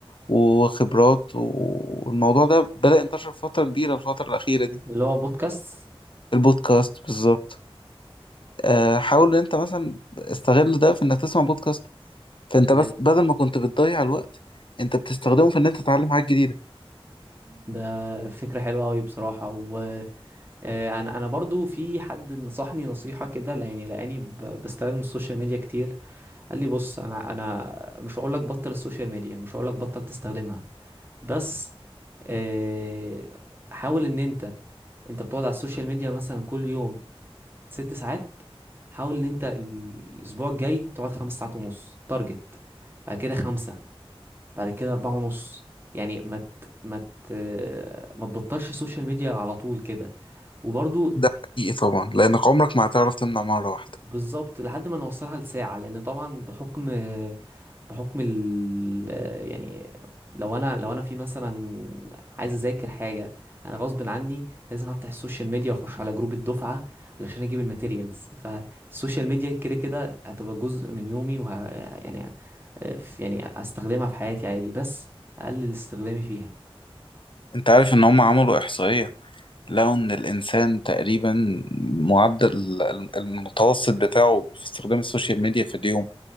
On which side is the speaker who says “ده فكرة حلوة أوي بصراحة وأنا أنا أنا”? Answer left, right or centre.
Right